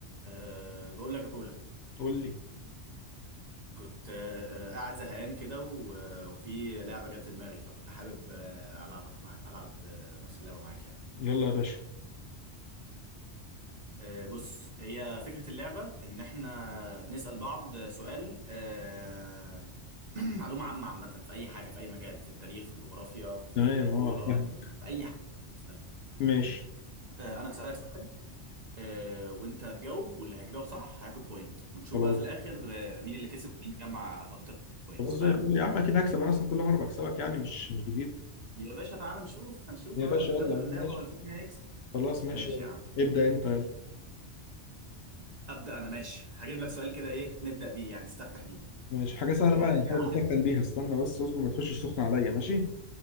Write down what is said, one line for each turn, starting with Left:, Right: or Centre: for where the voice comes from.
Right: أه بقول لك يا بولا
Left: قول لي
Right: كنت أه آه، قاعد زهقان كده و- آه، وفي لعبة جت في دماغي فكنت حابب أه ألعبك مع ألعب أه نفس اللعبة معاك يعني
Left: يلا يا باشا
Right: أه بص هي فكرة اللعبة إن إحنا بنسأل بعض سؤال أه <clears throat> معلومة عامة عامة في أي حاجة في أي مجال في التاريخ في الجغرافيا في
Left: تمام
Right: الكورة
Left: اه فاهم
Right: في أي حاجة بتسألها
Left: ماشي
Right: أه أنا بسألك سؤال أه وأنت تجاوب واللي هيجاوب صح هياخد بوينت ونشوف
Left: خلاص
Right: بقى في الآخر أه مين اللي كسب ومين جمع أكتر بوينتس
Left: خلاص
Right: فاهم؟
Left: زي الفل يا عم اكيد هكسب انا اصلا كل مره بكسبك يعني مش مش جديد
Right: يا باشا تعال نشوف هنشوف
Left: يا
Right: اهو
Left: باشا
Right: قدامنا
Left: يلا ماشي
Right: اللعبة وهنشوف مين هيكسب
Left: خلاص ماشي
Right: ماشي
Left: يلا
Right: يا عم
Left: ابدا انت يلا
Right: أبدأ أنا ماشي هجيب لك سؤال كده إيه نبدأ بيه يعني نستفتح بيه
Left: ماشي حاجه سهله بقى
Right: آه
Left: يعني
Right: عارف
Left: حاجه بنسخن بيها استنى بس اصبر ما تخشش سخن عليا ماشي